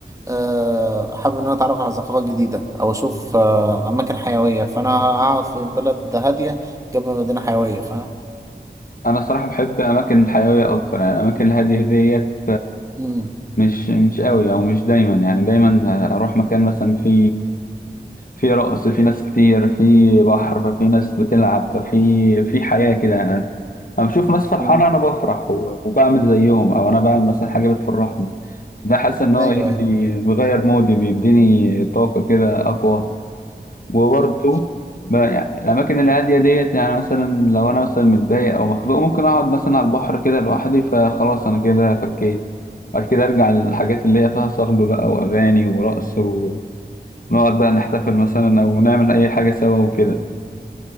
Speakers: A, on the right; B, on the left.
A: آه، حابب ان انا اتعرف على ثقافات جديده او اشوف آه، اماكن حيويه فانا هقعد في بلد هاديه جنب مدينه حيويه فاهم
B: أنا الصراحة بحب أماكن الحيوية أكتر يعني الأماكن الهادية ديت
A: امم
B: مش مش قوي او مش دايما يعني دايما اروح مكان مثلا في في رقص في ناس كتير في بحر ففي ناس بتلعب ففي في حياة كده يعني انا بشوف ناس فرحانة
A: أمم.
B: انا بفرح و- وبعمل زيهم او انا بعمل مثلا حاجة بتفرحني ده حاسس ان هو
A: ايوه
B: ايه
A: ايوه
B: بي- بيغير مودي بيديني طاقة كده اقوى وبرضه
A: أمم.
B: ب- يعني الأماكن الهادية ديت يعني مثلا لو أنا مثلا متضايق أو مخنوق ممكن أقعد مثلا على البحر كده لوحدي فخلاص أنا كده فكيت بعد كده أرجع للحاجات اللي هي فيها صخب بقى وأغاني ورقص ونقعد بقى نحتفل مثلا أو نعمل أي حاجة سوا وكده.